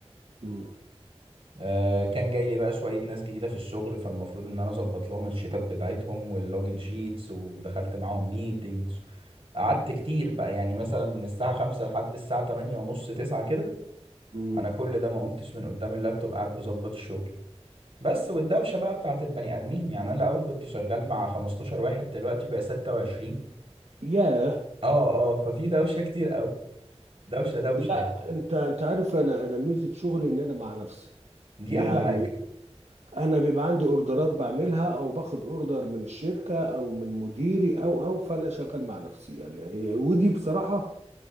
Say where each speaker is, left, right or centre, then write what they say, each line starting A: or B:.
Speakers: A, on the right; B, on the right.
A: امم
B: آه، كان جاي لي بقى شوية ناس جديدة في الشغل فالمفروض ان انا اظبط لهم الشيتات بتاعتهم واللوجن شيتس ودخلت معاهم ميتينجز قعدت كتير بقى يعني مثلا من الساعة خمسة لحد الساعة تمانية ونص تسعة كده
A: امم
B: انا كل ده ما قمتش من قدام اللابتوب قاعد بظبط الشغل بس والدوشة بقى بتاعت البني ادمين يعني انا الاول كنت شغال مع 15 واحد دلوقتي بقى 26
A: ياه
B: اه اه ففي دوشة كتير قوي دوشة دوشة
A: لا
B: يعني
A: انت انت عارف انا انا ميزه شغلي ان انا مع نفسي
B: دي
A: يعني
B: احلى حاجة
A: انا بيبقى عندي اوردرات بعملها او باخد اوردر من الشركه او من مديري او او فانا شغال مع نفسي يعني هي ودي بصراحه